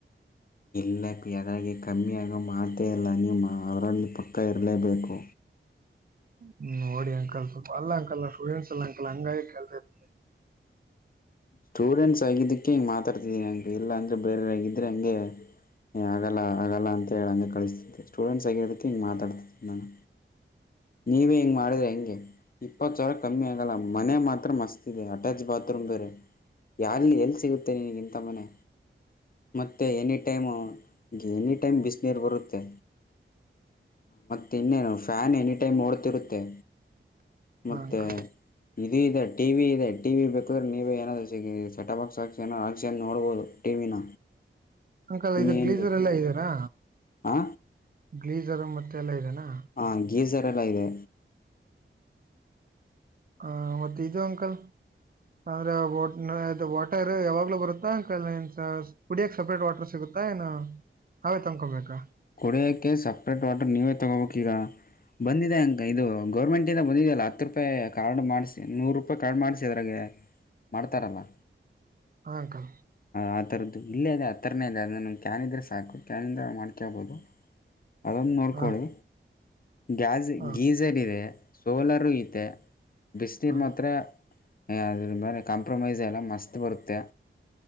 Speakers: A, on the left; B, on the right.
A: ಇಲ್ಲ ಅಪ ಅವುಗೆ ಕಮ್ಮಿಯಗೋ ಮಾತೆ ಇಲ್ಲ ನೀವು ಅದರಲ್ಲಿ ಪಕ್ಕ ಇರಲೇಬೇಕು.
B: ಹ್ಮ್ ನೋಡಿ ಅಂಕಲ್ ಸ್ವಲ್ಪ ಅಲ್ಲ ಅಂಕಲ್ ಸ್ಟೂಡೆಂಟ್ಸ್ ಎಲ್ಲ ಅಂಕಲ್ ಹಂಗಾಗಿ ಕೇಳ್ತ ಇದಿನಿ.
A: ಸ್ಟೂಡೆಂಟ್ಸ್ ಆಗಿದ್ದಕ್ಕೆ ಹಿಂಗೆ ಮಾತಾಡ್ತಿದ್ದೀನಿ ಹಂಗೆ ಇಲ್ಲ ಅಂದರೆ ಬೇರೆೆಯರಾಗಿದ್ದ್ರರೆ ಹಂಗೆ. ಏ ಆಗಲ್ಲ ಆಗಲ್ಲ ಅಂತ ಹೇಳಿ ಅಂಗೆ ಕಳಿಸ್ತಿದ್ದೆ ಸ್ಟೂಡೆಂಟ್ಸ್ ಆಗಿರೋದಕ್ಕೆ ಹಿಗೆ ಮಾತಾಡ್ತಿದಿನಿ ನಾನು.
B: <inaudible>
A: ನೀವೇ ಹಿಂಗ್ ಮಾಡಿದ್ರೆ ಹೆಂಗೆ. ಇಪ್ಪತ್ತು ಸಾವಿರ ಕಮ್ಮಿ ಆಗಲ್ಲ ಮನೆ ಮಾತ್ರ ಮಸ್ತ್ ಇದೆ ಅಟ್ಯಾಚ್ ಬಾತ್ರೂಮ್ ಬೇರೆ. ಯಾರ ಎಲ್ಲಿ ಸಿಗುತ್ತೆ ನಿನಿಗ್ ಇಂತ ಮನೆ. ಮತ್ತು ಎನಿ ಟೈಮು ಎನಿ ಟೈಮ್ ಬಿಸಿನೀರು ಬರುತ್ತೆ. ಮತ್ತ ಇನ್ನೇನು ಫ್ಯಾನ್ ಎನಿ ಟೈಮ್ ಓಡ್ತಿರುತ್ತೆ. ಮತ್ತೆ
B: ಅಂಕಲ್
A: ಇದು ಇದೆ ಟಿವಿ ಇದೆ ಟಿವಿ ಬೇಕಾದ್ರೆ ನೀವೆ ಏನಾದ್ರೂ. ಸೆಟಾ ಬಾಕ್ಸ್ ಆಕ್ಸ್ಯಾನ ಅಕ್ಸಕೊಂಡ್ ನೋಡ್ಬಹುದು ಟಿವಿನ.
B: ಅಂಕಲ್ ಇದು
A: ಇನ್ ಏನ್
B: ಗ್ಲೀಸರ್
A: ಬೇಕು
B: ಎಲ್ಲಾ ಇದ್ದೀನಾ.
A: ಆ
B: ಗ್ಲೀಸರ್ ಮತ್ತೆಲ್ಲ ಇದೆನಾ.
A: ಹಾ ಗೀಜಾರ್ ಎಲ್ಲ ಇದೆ.
B: ಹ ಮತ್ ಇದು ಅಂಕಲ್ ಅಂದ್ರೆ ವಟರ್ ಯಾವಾಗ್ಲೂ ಬರುತ್ ಹಾ ಅಂಕಲ್ ಏನ್ ಕುಡಿಯಕ್ ಸಪ್ರೇಟ್ ವಾಟರ್ ಸಿಗುತ್ತಾ ಏನು ನಾವೇ ತನ್ಕೊಬೇಕಾ.
A: ಕೊಡಿಯೋಕ್ಕೆ ಸಪ್ರೇಟ್ ವಾಟರ್ ನೀವೇ ತೊಗೋಬೇಕೀಗಾ. ಬಂದಿದೆ ಅಂಕ ಇದು ಗೌರ್ಮೆಂಟಿಂದ ಬಂದಿದೆ ಅಲ್ಲ ಹತ್ತು ರೂಪಾಯಿ ಕಾರ್ಡ್ ಮಾಡಿಸಿ ನೂರು ರೂಪಾಯಿ ಕಾರ್ಡ್ ಮಾಡ್ಸಿ ಅದ್ರಾಗ. ಮಾಡ್ತಾರಲ್ಲ.
B: ಹಾ ಅಕಾ.
A: ಆ ತರದು ಇಲ್ಲೇ ಇದೆ ಆತ್ರನೇ ಇದೆ ಅದ ನ ಕ್ಯಾನ್ ಇದ್ರೆ ಸಾಕು ಕ್ಯಾನ್ದ ಮಾಡ ಕ್ಯಾ ಬೊಲೊ ಅವ್ನ್ ನೋಡ್ಕೊಳ್ಳಿ
B: ಹಾ
A: ಗ್ಯಾಸ್
B: ಹಾ
A: ಗೀಸ್ - ಇದೆ ಸೋಲರ್ ಐತೆ ಬಿಸ್ ನೀಡಿ
B: ಹಾ
A: ಮಾತ್ರ. ಅದ್ರ ಮೇಲೆ ಕಾಂಪ್ರಮೈಸ್ ಇಲ್ಲ ಮಸ್ತ್ ಬರುತ್ತೆ.